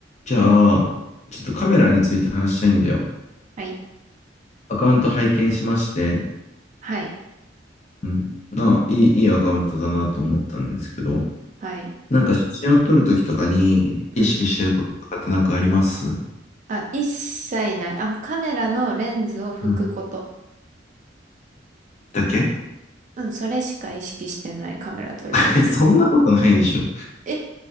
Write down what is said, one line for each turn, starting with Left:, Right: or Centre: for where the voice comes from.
Left: じゃあ、ちょっとカメラについて話したいんだよ。
Right: はい。
Left: アカウント拝見しまして、
Right: はい。
Left: うん、な、いい、いいアカウントだなと思ったんですけど、
Right: はい。
Left: なんか写真を撮るときとかに意識してることとかってなんかありますうん
Right: うん。あ、一切ない。あ、カメラのレンズを拭くこと。
Left: うんだけ
Right: うん、それしか意識してないカメラ撮るとき。
Left: <laughs> そんなことないでしょ。
Right: え、